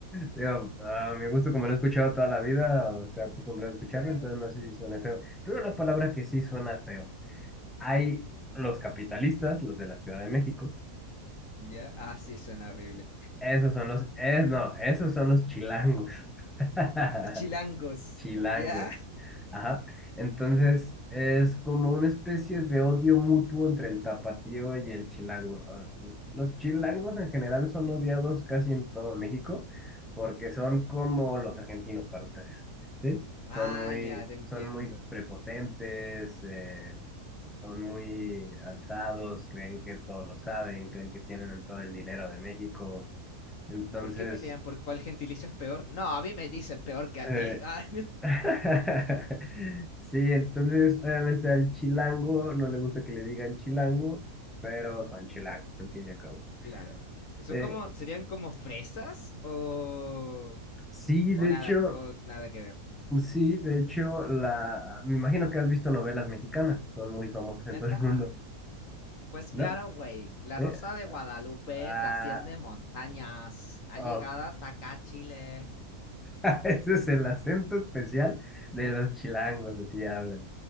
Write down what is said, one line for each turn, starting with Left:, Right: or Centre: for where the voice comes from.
Centre: digo, a mi gusto, como lo he escuchado toda la vida, o estoy acostumbrado a escucharlo,
Left: <laughs> Claro.
Centre: entonces no sé si suena feo. Pero una palabra que sí suena feo. Hay los capitalistas, los de la Ciudad de México.
Left: ¿Ya? Ah, sí, suena horrible.
Centre: Esos son los, es, no, esos son los chilangos. <laughs>
Left: Los chilangos,
Centre: Chilangos.
Left: ¿ya?
Centre: Ajá. Entonces, es como una especie de odio mutuo entre el tapatío y el chilango. Ah, Los chilangos en general son odiados casi en todo México porque son como los argentinos para ustedes, ¿sí?
Left: Ah,
Centre: Son muy,
Left: ya, te entiendo.
Centre: son muy prepotentes, eh, son muy alzados, creen que todo lo saben, creen que tienen todo el dinero de México. Entonces,
Left: ¿Y por qué pelean? ¿Por cuál gentilicio es peor? No, a mí me dicen peor que a
Centre: eh,
Left: ti. <laughs> Ah,
Centre: <laughs> Sí, entonces obviamente al chilango no le gusta que le digan chilango, pero son chilangos, al fin y al cabo.
Left: Claro. Son
Centre: Eh,
Left: como, serían como fresas o,
Centre: sí, de
Left: o nada,
Centre: hecho,
Left: o nada que ver.
Centre: sí, de hecho, la, me imagino que has visto novelas mexicanas, son muy famosas en
Left: Neta,
Centre: todo el mundo,
Left: pues
Centre: ¿no?
Left: claro, güey. La
Centre: ¿Eh?
Left: Rosa de Guadalupe
Centre: Ah,
Left: trasciende montañas. Ha
Centre: oh,
Left: llegado hasta acá, Chile.
Centre: <laughs> Ese es el acento especial de los chilangos, así hablan.